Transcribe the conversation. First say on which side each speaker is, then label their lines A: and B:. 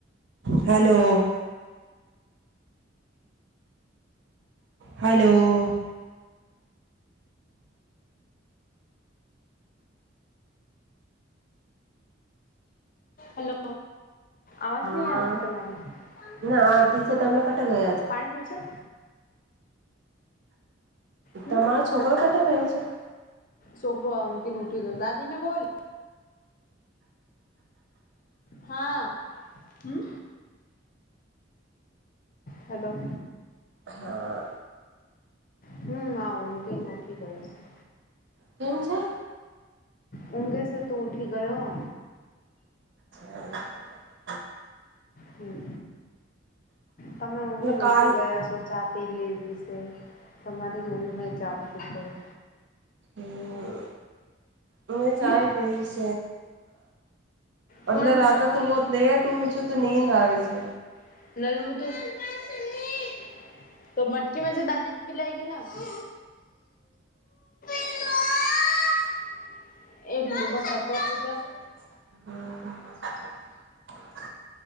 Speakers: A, on the right (about 65°); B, on the left (about 45°).
A: Hello. Hello. <unintelligible>
B: Hello અવાજ
A: હા
B: નહી આવતી તમારી પાણી
A: ના ટીચર તમે કટે ગયા છો
B: પીવ છે. હમ
A: તમારો છોકરો કટે ગયો છે.
B: છોકરો ઉંધીન ઉઠી ગયો દાદી ને બોલ. હા હમ. હલો.
A: હા
B: હમ હ ઊંઘીન ઉઠી ગયો છે.
A: કેમ છે.
B: ઊંગેસે તો ઉઠી ગયો.
A: હમ <unintelligible>
B: હમ તમે ઊઘીને
A: કાલ
B: ઉઠી ગયા છો ચા પી લેવીશે તમારી રૂમ નહી જાવતી કોઈ
A: હ <unintelligible> હ <unintelligible> ચાય
B: હમ
A: પીસ અનેલે
B: કોણ બેટા
A: રાતા
B: મટકી
A: તો બહ લેટ હ છ. તો નીંદ આવે છે.
B: <unintelligible> લલમતું <unintelligible> તો મટકી મેસે દાદી પલાયગી ના હ રબે <unintelligible> એક દિડી બસાસર પૂજા <unintelligible>
A: હમ